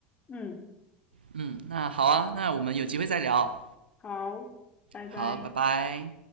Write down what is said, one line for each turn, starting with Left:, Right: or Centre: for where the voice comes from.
Left: 嗯，
Right: 嗯，那好啊，那我们有机会再聊。
Left: 好，拜拜。
Right: 好，拜拜。